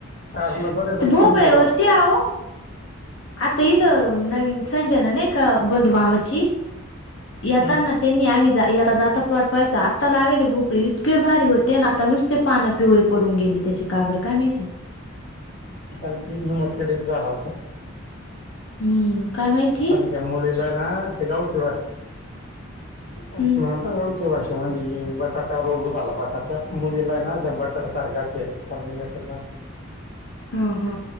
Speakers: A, on the left; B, on the left.
A: कारण बर प
B: ते भोपळ्यावरती
A: कमी अस.
B: आहो आता इथं नवीन संजना नाही का बंड मामाची येताना.
A: हं.
B: त्यांनी आम्ही आता जाता प्लॉट पाहायचा. आत्ता लावेले भोपळे इतके भारी होते आणि आता नुसते. ते पानं पिवळे पडून गेले त्याची का बरं काय माहिती?
A: चालतंय मोठे डेस झाला असेल.
B: हम्म काय माहित.
A: खलि त्या मुलीलाय ना ते गावठी भाषेत. <unintelligible>
B: हम्म
A: गावठी भाषेमध्ये बटाटा रोग झाला, बटाट्या मुलीला ना बटाट्या सारखा ते <unintelligible>
B: हा हा.